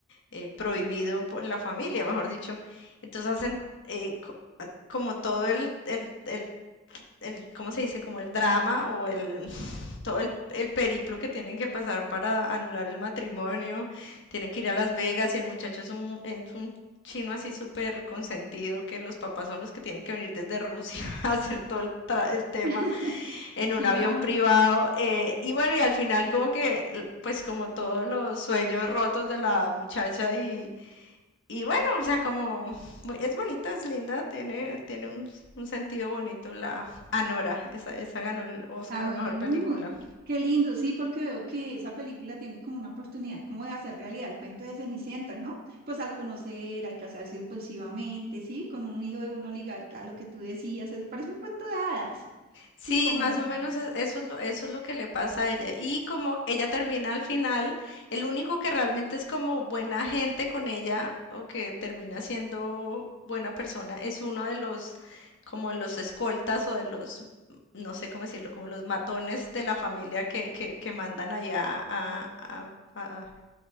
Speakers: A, on the left; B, on the right.
A: eh, prohibido por- en la familia, mejor dicho. Entonces hacen eh, co- como todo el, el, el el, ¿cómo se dice? Como el drama o el, <laughs> todo el, el periplo que tienen que pasar para anular el matrimonio. Tienen que ir a Las Vegas y el muchacho es un, es un chino así súper consentido, que los papás son los que tienen que venir desde Rusia <laughs> a hacer todo el, tra- el tema
B: <laughs>
A: en un
B: claro,
A: avión privado. eh, y bueno, y al final como que, pues como todos los sueños rotos de la muchacha y y bueno, o sea, como es bonita, es linda, tiene, tiene un, un sentido bonito la Anora, esa, esa ganó el Oscar
B: Ah,
A: a
B: bueno,
A: Mejor Película.
B: qué lindo, sí, porque veo que esa película tiene como una oportunidad como de hacer realidad el cuento de Cenicienta, ¿no? Pues al conocer, al casarse impulsivamente, sí, con un hijo de un oligarca, lo que tú decías, es, parece un cuento de hadas,
A: Sí,
B: sí, como,
A: más o menos es- eso es, lo, eso es lo que le pasa a ella. Y como ella termina al final, el único que realmente es como buena gente con ella o que termina siendo buena persona es uno de los, como de los escoltas o de los no sé cómo decirlo, como los matones de la familia que, que, que mandan allá a, a, a-